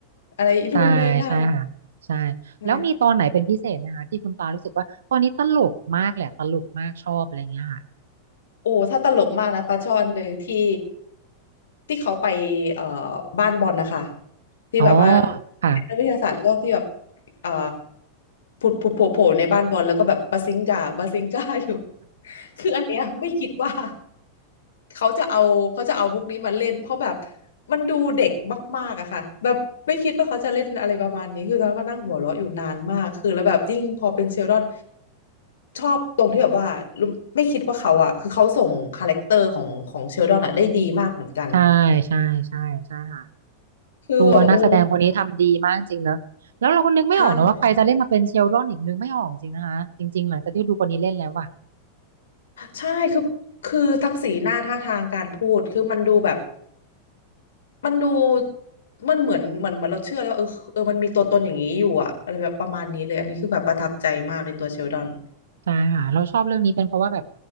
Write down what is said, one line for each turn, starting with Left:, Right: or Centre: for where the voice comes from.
Left: อะไรนู่นนี่นั่น
Right: ใช่ใช่ค่ะใช่
Left: ใช่
Right: แล้วมีตอนไหนเป็นพิเศษนะคะที่คุณปารู้สึกว่าตอนนี้ตลกมากแหละตลกมากชอบอะไรอย่างเงี้ยค่ะ
Left: โอ้ถ้าตลกมากนะปลาช่อนหนึ่งที่ที่เขาไปเอ่อบ้านบอลนะคะที่แบบว่า
Right: อ๋อค่ะ
Left: นักวิทยาศาสตร์แล้วก็ที่แบบ เอ่อผุดผุดโผล่โผล่ในบ้านบอลแล้วก็แบบบาซิงกาบาซิงกา <laughs> อยู่ <laughs> คืออันเนี้ยไม่คิดว่าเขาจะเอาเขาจะเอาพวกนี้มาเล่นเพราะแบบมันดูเด็กมากๆอะค่ะแบบไม่คิดว่าเขาจะเล่นอะไรประมาณนี้คือตอนนั้นมานั่งหัวเราะอยู่นานมากคือแล้วแบบยิ่งพอเป็นเชลดอนชอบตรงที่แบบว่ารู้ไม่คิดว่าเขาอะคือเขาส่งคาแรคเตอร์ของของเชลดอนอะได้ดีมากเหมือนกัน
Right: ใช่ใช่ใช่ใช่ค่ะ
Left: คือแบบโอ้
Right: ตัวนักแสดงคนนี้ทำดีมากจริงเนอะแล้วเราก็นึกไม่ออกนะว่าใครจะเล่นมาเป็นเชลดอนอีกนึกไม่ออกจริงนะคะจริงๆหลังจากที่ดูคนนี้เล่นแล้วอะ
Left: ใช่ ใช่คือคือทั้งสีหน้าท่าทางการพูดคือมันดูแบบมันดูมันเหมือนเหมือนเหมือนเราเชื่อแล้วว่าเออเออมันมีตัวตนอย่างนี้อยู่อะอะไรแบบประมาณนี้เลยอันนี้คือแบบประทับใจมากในตัวเชลดอน
Right: ใช่ค่ะเราชอบเรื่องนี้เป็นเพราะว่าแบบ